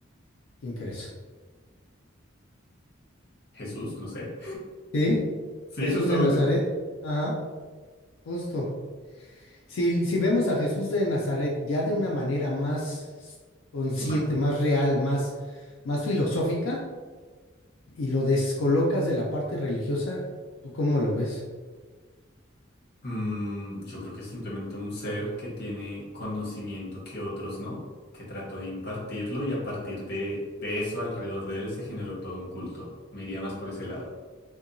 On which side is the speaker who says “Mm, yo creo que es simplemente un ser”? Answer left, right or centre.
Left